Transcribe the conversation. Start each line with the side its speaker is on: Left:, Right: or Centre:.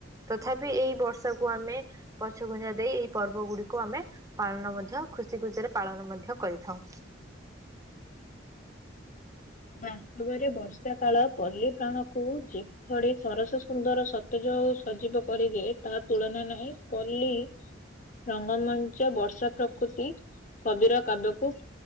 Right: ତଥାପି ଏଇ ବର୍ଷାକୁ ଆମେ ପଛ ଘୁଞ୍ଚା ଦେଇ ଏଇ ପର୍ବ ଗୁଡିକୁ ଆମେ ପାଳନ ମଧ୍ୟ ଖୁସି ଖୁସିରେ ପାଳନ ମଧ୍ୟ କରିଥାଉ।
Left: ବାସ୍ତବରେ ବର୍ଷା କାଳ ପଲ୍ଲୀପ୍ରାଣକୁ ଯେଭଳି ସରସ ସୁନ୍ଦର, ସତେଜ ଓ ସଜୀବ କରିଦିଏ। ତା ତୁଳନା ନାହିଁ। ପଲ୍ଲୀ ରଙ୍ଗମଞ୍ଚ ବର୍ଷା ପ୍ରକୃତି କବିର କାବ୍ୟକୁ